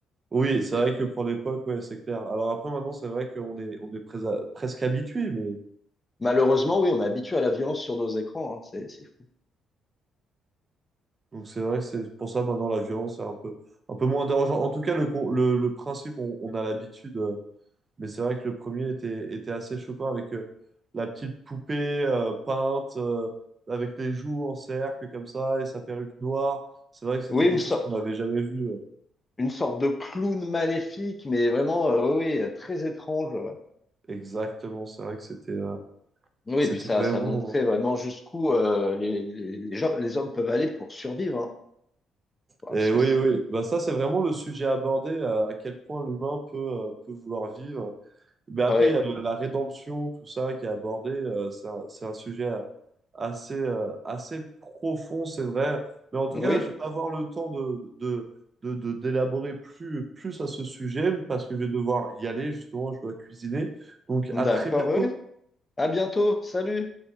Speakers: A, on the right; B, on the left.
A: Oui, c'est
B: c'est-
A: vrai que pour l'époque, ouais, c'est clair. Alors après, maintenant, c'est vrai qu'on est, on est prés- presque habitué, mais
B: Malheureusement, oui, on est habitué à la violence sur nos écrans, hein, c'est, c'est fou.
A: donc c'est vrai que c'est pour ça maintenant la violence est un peu, un peu moins dérangeante. En tout cas, le, con- le, le principe, on, on a l'habitude, euh, mais c'est vrai que le premier était, était assez choquant avec euh, la petite poupée euh, peinte euh, avec les joues en cercle comme ça et sa perruque noire. C'est vrai que c'était
B: Oui, une,
A: quelque
B: so-
A: chose qu'on n'avait jamais vu. euh.
B: une sorte de clown maléfique, mais vraiment, euh, oui, oui, très étrange. ouais.
A: Exactement, c'est vrai que c'était, euh,
B: Oui,
A: c'était
B: et puis ça,
A: vraiment.
B: ça montrait
A: euh,
B: vraiment jusqu'où euh, les, les, les gens- les hommes peuvent aller pour survivre. hein. Ouais,
A: Et
B: Parce que,
A: oui,
B: c'est-
A: oui, bah ça c'est vraiment le sujet abordé, à à quel point l'humain peut, euh, peut vouloir vivre. Mais après,
B: ouais.
A: il y a le- la rédemption, tout ça qui est abordé, euh, c'est un, c'est un sujet euh, assez, euh, assez profond, c'est vrai. Mais en tout
B: Oui,
A: cas, je vais pas avoir le temps de, de, de, de- d'élaborer plus, plus à ce sujet parce que je vais devoir y aller, justement, je dois cuisiner. Donc
B: d'accord,
A: à très bientôt.
B: oui. oui. À bientôt, salut.